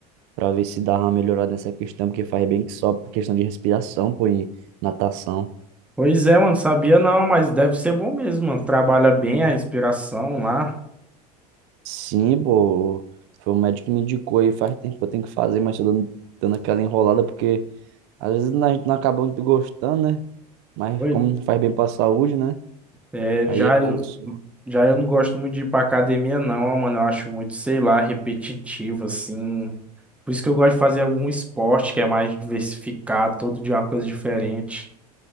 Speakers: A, on the right; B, in the centre.
A: pra ver se dá uma melhorada nessa questão, porque faz bem que só por questão de respiração, pô, e natação.
B: Pois é, mano, sabia não, mas deve ser bom mesmo, mano. Trabalha bem a respiração lá.
A: Sim, pô, foi o médico que me indicou aí, faz tempo que eu tenho que fazer, mas tô dando, dando aquela enrolada, porque às vezes a gente não acaba muito gostando, né? Mas
B: Oi.
A: como faz bem pra saúde, né?
B: É,
A: Aí
B: já
A: é bom
B: eu,
A: que só.
B: já eu não gosto muito de ir pra academia, não, ó, mano. Eu acho muito, sei lá, repetitivo, assim. Por isso que eu gosto de fazer algum esporte que é mais diversificado, todo dia uma coisa diferente.